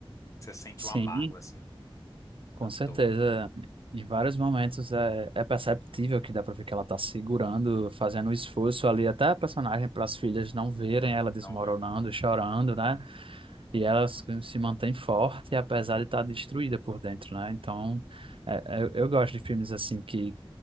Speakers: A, on the left; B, on the right.
A: Você sente
B: Sim.
A: o amargo, assim,
B: Com
A: a dor.
B: certeza, em vários momentos é, é perceptível que dá pra ver que ela tá segurando, fazendo um esforço ali, até a personagem para as filhas não verem ela desmoronando,
A: Não, velho.
B: chorando, né? E ela se se mantém forte, apesar de estar destruída por dentro, né? Então, é- é- eu gosto de filmes assim que,